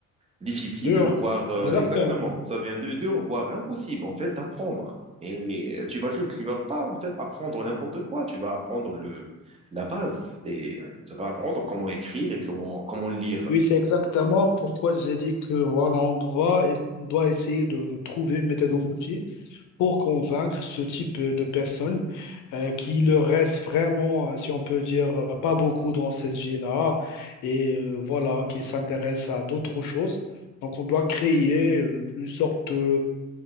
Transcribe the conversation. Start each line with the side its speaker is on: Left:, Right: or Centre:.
Right: difficile,
Left: Dur.
Right: voire euh,
Left: Exactement.
Right: exactement, ça vient de dur, voire impossible en fait d'apprendre. Et euh, tu vas tu vas pas en fait apprendre n'importe quoi, tu vas apprendre le la base, c'est tu vas apprendre comment écrire et comment comment lire.
Left: Oui, c'est exactement pourquoi j'ai dit que voilà, on doit, on doit essayer de trouver une méthodologie pour convaincre ce type euh, de personnes euh, qui leur reste vraiment, euh, si on peut dire, euh, pas beaucoup dans cette vie-là et euh, voilà, qui s'intéressent à d'autres choses. Donc, on doit créer euh, une sorte de,